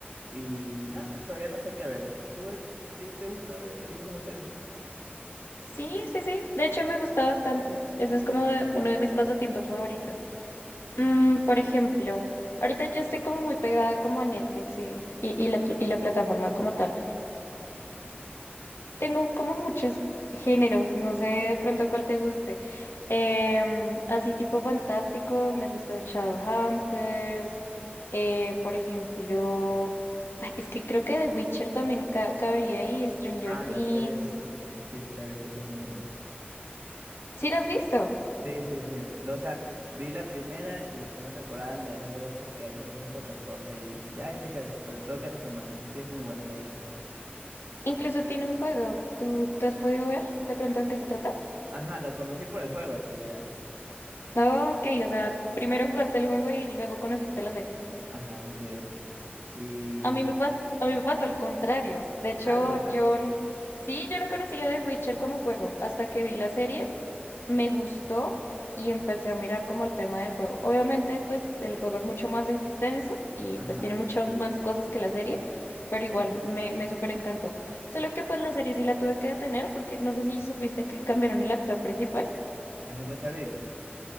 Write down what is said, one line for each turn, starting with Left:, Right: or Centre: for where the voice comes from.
Right: Y nada, todavía no sé qué ver. ¿Tú, eh, a ti te gusta ver películas o series?
Left: Sí, sí, sí, de hecho me gusta bastante. Eso es como de- uno de mis pasatiempos favoritos. Mm, por ejemplo, ahorita yo estoy como muy pegada como a Netflix y, y, y la, y la plataforma como tal. Tengo como muchos géneros, no sé de pronto cuál te guste. Em, así tipo fantástico, me gustan Shadowhunters, eh, por ejemplo, ay, es que creo que The Witcher también ca- cabería ahí, Stranger
Right: Ah,
Left: Things.
Right: la serie de Witcher. Sí, sí, la he visto, esa es muy buena.
Left: ¿Sí lo has visto?
Right: Sí, sí, sí. Lo- O sea, vi la primera y la segunda temporada la dejé de ver porque ahí me puse a hacer otras cosas y ya ahí me quedé, pero tengo que retomarla. Sí, es muy buena, la verdad.
Left: Incluso tiene un juego. ¿Tú, tú has podido ver de pronto de qué se trata?
Right: Ajá, la conocí por el juego en realidad.
Left: No, ok, o sea, primero jugaste el juego y luego conociste la serie.
Right: Ajá, así es. Y...
Left: A mí me pas- a mí me pasó al contrario. De hecho,
Right: Ah, de verdad.
Left: yo n- sí, yo no conocía The Witcher como juego hasta que vi la serie, me gustó y empecé a mirar como el tema del juego. Obviamente, pues el juego es mucho más extenso y
Right: Ajá.
Left: pues tiene muchas más cosas que la serie, pero igual me, me súper encantó. Solo que pues la serie sí la tuve que detener porque no sé si supiste que cambiaron el actor principal.
Right: A Henry Cavill.